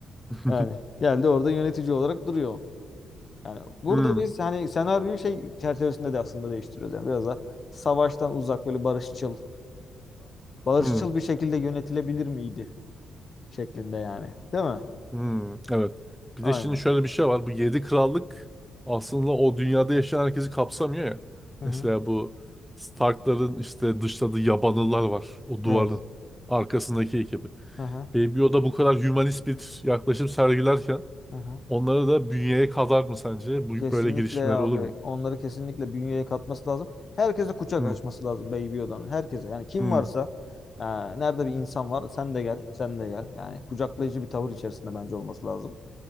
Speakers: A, in the centre; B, on the left (about 45°).
A: <laughs>
B: Yani geldi orada yönetici olarak duruyor. Yani burada
A: hmm,
B: biz hani senaryoyu şey çerçevesinde de aslında değiştiriyoruz. Yani biraz da savaştan uzak böyle barışçılla barışçıl
A: hmm,
B: bir şekilde yönetilebilir miydi şeklinde yani. Değil mi?
A: hmm. <laughs> Evet. Bir
B: Aynen.
A: de şimdi şöyle bir şey var. Bu yedi krallık aslında o dünyada yaşayan herkesi kapsamıyor ya.
B: Hı hı.
A: Mesela bu Stark'ların işte dışladığı yabanıllar var. O duvarın
B: Evet.
A: arkasındaki ekibi.
B: Hı hı.
A: Baby Yoda bu kadar hümanist bir yaklaşım sergilerken
B: Hı hı.
A: onları da bünyeye kadar mı sence? Bu
B: Kesinlikle
A: böyle girişimler
B: abi.
A: olur mu?
B: Onları kesinlikle bünyeye katması lazım. Herkese kucak
A: Hmm,
B: açması lazım Baby Yoda'nın. Herkese. Yani kim
A: hmm,
B: varsa e, nerede bir insan var sen de gel. Sen de gel. Yani kucaklayıcı bir tavır içerisinde bence olması lazım.